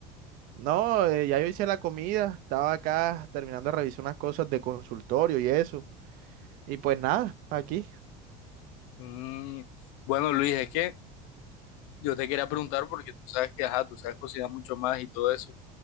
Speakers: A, on the right; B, on the left.
A: No, eh, ya yo hice la comida, estaba acá terminando de revisar unas cosas de consultorio y eso. Y pues nada, aquí.
B: Mm, bueno Luis, es que yo te quería preguntar porque tú sabes que, ajá, tú sabes cocinar mucho más y todo eso.